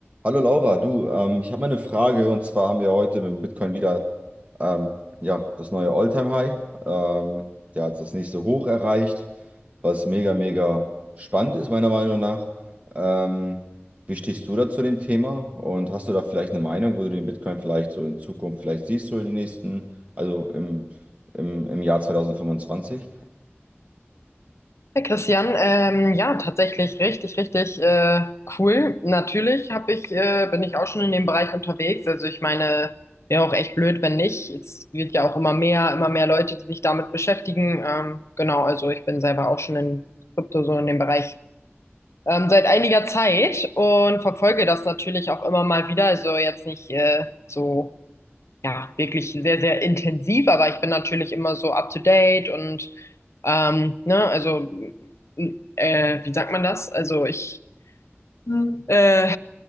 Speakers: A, on the right (about 30°); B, on the left (about 80°).
A: Hallo Laura, du, ähm, ich habe mal eine Frage und zwar haben wir heute mit dem Bitcoin wieder ähm, ja, das neue All-Time-High. Ähm, der hat das nächste Hoch erreicht, was mega, mega spannend ist, meiner Meinung nach. Ähm, wie stehst du da zu dem Thema und hast du da vielleicht eine Meinung, wo du den Bitcoin vielleicht so in Zukunft vielleicht siehst, so in den nächsten, also im, im, im Jahr 2025?
B: Hey Christian, ähm, ja, tatsächlich richtig, richtig äh, cool. Natürlich hab ich, äh, bin ich auch schon in dem Bereich unterwegs. Also ich meine, wäre auch echt blöd, wenn nicht. Es wird ja auch immer mehr, immer mehr Leute, die sich damit beschäftigen. Ähm, genau, also ich bin selber auch schon in Krypto, so in dem Bereich ähm, seit einiger Zeit und verfolge das natürlich auch immer mal wieder. Also jetzt nicht äh, so ja, wirklich sehr, sehr intensiv, aber ich bin natürlich immer so up to date und ähm, ne, also äh, wie sagt man das? Also ich Hm. äh,